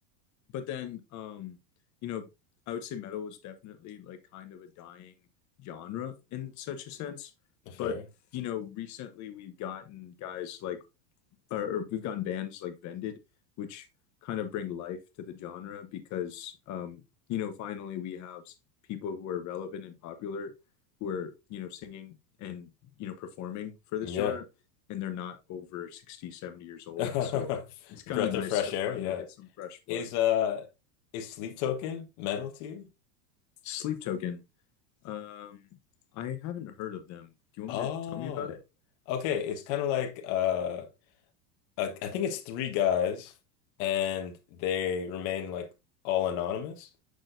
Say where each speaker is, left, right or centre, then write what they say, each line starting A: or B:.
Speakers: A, on the left; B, on the left.
A: But then, um, you know, I would say metal was definitely like kind of a dying genre in such a sense.
B: Fair.
A: But, you know, recently we've gotten guys like, or, or we've gotten bands like Vended, which kind of bring life to the genre because, um, you know, finally we have people who are relevant and popular who are, you know, singing and, you know, performing for this
B: Yeah.
A: genre. And they're not over 60, 70 years
B: <laughs>
A: old.
B: Breath
A: So it's kind of nice
B: of fresh
A: to
B: air,
A: finally
B: yeah.
A: get some fresh blood.
B: Is uh is sleep token metal to you?
A: Sleep Token. Um, I haven't heard of them. Do you want
B: Oh.
A: me to tell me about it?
B: Okay, it's kind of like uh I I think it's three guys and they remain like all anonymous